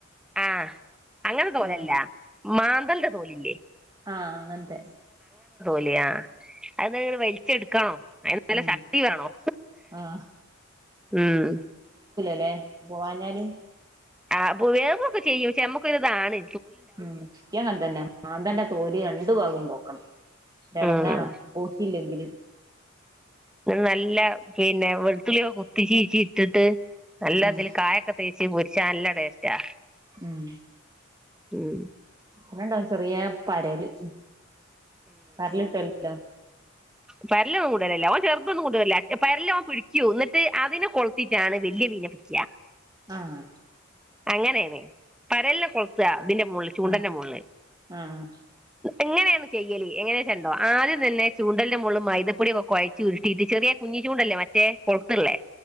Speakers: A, in the centre; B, on the right.
A: ആഹ അങ്ങനെ തോലല്ല
B: ആഹ്
A: മാന്തലിന്റെ തോൽയില്ലേ?
B: ആഹ അങ്ങനത്തെ.
A: ല്ല അത് വലിച്ചെടുക്കണം. അതിന്ന് നല്ല
B: ഉം
A: ശക്തി വേണം
B: ആഹ്
A: ഉം.
B: അല്ലെ പോവാഞ്ഞാൽ.
A: ആ അപ്പ വേവ് ഒക്കെ ചെയ്യും പക്ഷെ നമ്മുക്ക് ഒരുഇതാണ്.
B: ഉം യിക്കും അങ്ങനെ തന്നെ മാന്തൽന്റെതോൽ രണ്ടു ഭാഗം പോക്കണം. ഏടങ്ങാറാ
A: ഉം
B: പോങ്കില്ലെങ്കില്.
A: നല്ല പിന്നെ വെളുത്തുള്ളിയൊക്കെ കുത്തി ചീചിച്ചി ഇട്ടിട്ട്. നല്ല
B: ഉം
A: ഇതിൽ കായഒക്കെ തേച്ച് പൊരിച്ചാ നല്ല ടേസ്റ്റാ.
B: ഉം
A: ഉം
B: പിന്നണ്ടാവും ചെറിയ പരല് ഉം പരൽ കിട്ടലുണ്ടോ?
A: പരലൊുകൊട്ടാലില്ല ചെറുതൊന്നും കൊണ്ടാലില്ല പരല് അവൻ പിടിക്കും എന്നിട്ട് അതിനെ കൊളുത്തിട്ടാണ് വലിയ മീ നെപിടിക്ക.
B: ആഹ
A: അങ്ങനെണ് പരലിനെ കൊൾതാ ഇ തിന്റെ മോളില് ചൂണ്ടന്റെ
B: ആഹ്
A: മോളില്
B: ആഹ്
A: ഇങ്ങനെയേണ് ചെയ്യല് എങ്ങനെചെ ണ്ടോ ആദ്യം തന്നെ ചൂണ്ടലിന്റെ മോളിൽ മൈതപ്പൊടിയൊക്കെ കുഴച്ച് ഉരുട്ടിടറ്റ് ചെറിയെ കുഞ് ഇചുണ്ടല്ലേ മറ്റേ കൊളത്ള്ളേ?